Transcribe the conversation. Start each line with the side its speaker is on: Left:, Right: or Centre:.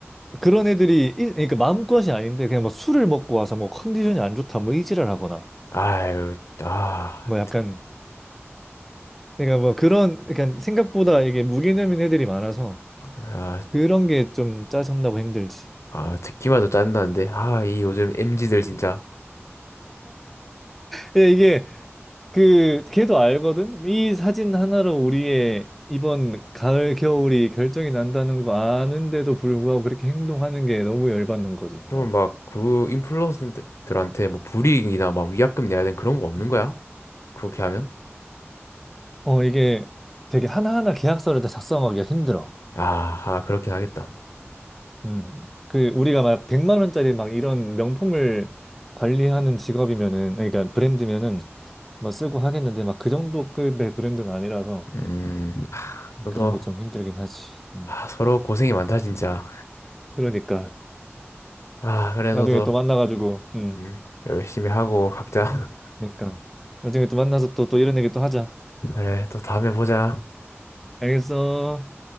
Centre: 그런 애들이 일- 그러니까 마음것이 아닌데 그냥 뭐 술을 먹고 와서 뭐 컨디션이 안 좋다 뭐 이지랄 하거나
Left: 아유, 아,
Centre: 뭐 약간 그러니까 뭐 그런 그러니까 생각보다 이게 무개념인 애들이 많아서
Left: 아,
Centre: 그런 게 좀 짜증나고 힘들지.
Left: 아, 듣기만 해도 짜증나는데. 아, 이 요즘 m 지들 진짜.
Centre: 근데 이게 그 걔도 알거든. 이 사진 하나로 우리의 이번 가을 겨울이 결정이 난다는 거 아는데도 불구하고 그렇게 행동하는 게 너무 열받는 거지.
Left: 그러면
Centre: 어,
Left: 막 그 인플루언서들한테 뭐 불이익이나 막 위약금 내야 되는 그런 거 없는 거야? 그렇게 하면?
Centre: 어 이게 되게 하나하나 계약서를 다 작성하기가 힘들어.
Left: 아, 아, 그렇긴 하겠다.
Centre: 음. 그 우리가 막 100만 원짜리 막 이런 명품을 관리하는 직업이면은 그러니까 브랜드면은 뭐 쓰고 하겠는데 막 그 정도 급의 브랜드는 아니라서
Left: 음, 하, 너도
Centre: 그런 게 좀 힘들긴 하지. 음.
Left: 아, 서로 고생이 많다 진짜.
Centre: 그러니까
Left: 아, 그래
Centre: 나중에
Left: 너도
Centre: 또 만나가지고, 음,
Left: 음, 열심히 하고 각자
Centre: 그러니까 나중에 또 만나서 또 또 이런 얘기 또 하자.
Left: <laughs> 그래 또 다음에 보자.
Centre: 알겠어.